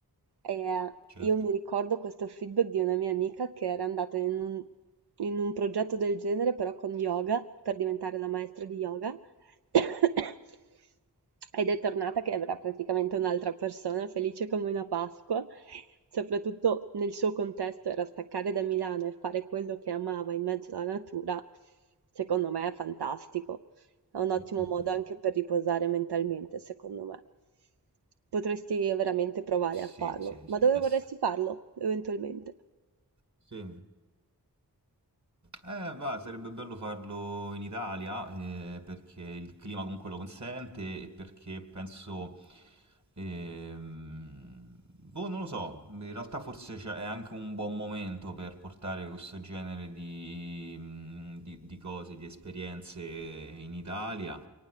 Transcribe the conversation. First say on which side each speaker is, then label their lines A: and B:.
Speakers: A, on the right; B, on the right.
A: E eh,
B: Certo.
A: io mi ricordo questo feedback di una mia amica che era andata in un, in un progetto del genere, però con yoga, per diventare la maestra di yoga. <coughs> Ed è tornata che era praticamente un'altra persona, felice come una Pasqua, soprattutto nel suo contesto era staccare da Milano e fare quello che amava in mezzo alla natura, secondo me è fantastico. È un ottimo
B: Mm,
A: modo anche per riposare mentalmente, secondo me. Potresti veramente provare
B: Sì,
A: a farlo.
B: sì,
A: Ma
B: sì.
A: dove
B: es-
A: vorresti farlo, eventualmente?
B: Sì. Eh, va, sarebbe bello farlo in Italia, eh, perché il clima comunque lo consente e perché penso... ehm, boh, non lo so, in realtà forse c'è- è anche un buon momento per portare questo genere di, mm, di- di cose, di esperienze in Italia.